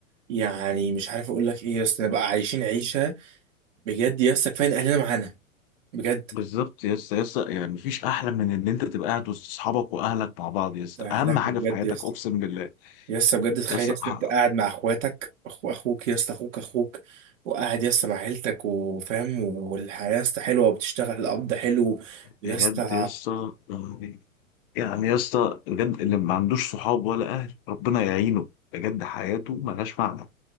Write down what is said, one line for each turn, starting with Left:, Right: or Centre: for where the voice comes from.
Right: يعني مش عارف اقول لك ايه يا اسطى نبقى عايشين عيشه بجد يا اسطى كفايه إن اهلنا معانا بجد
Left: بالظبط يا اسطى يا اسطى يعني مفيش احلى من ان انت تبقى قاعد وسط اصحابك واهلك مع بعض يا اسطى
Right: يا
Left: اهم
Right: لهوي
Left: حاجه
Right: بجد
Left: في حياتك
Right: يا اسطى
Left: اقسم بالله
Right: يا اسطى بجد تخيل
Left: يا اسطى
Right: يا اسطى
Left: ح-
Right: انت قاعد مع اخواتك اخو اخوك يا اسطى اخوك اخوك وقاعد يا اسطى مع عيلتك وفاهم والحياه يا اسطى حلوه وبتشتغل القبض حلو يا
Left: بجد
Right: اسطى
Left: يا اسطى يعني يعني يا اسطى بجد اللي ما عندوش صحاب ولا اهل ربنا يعينه بجد حياته ملهاش معنى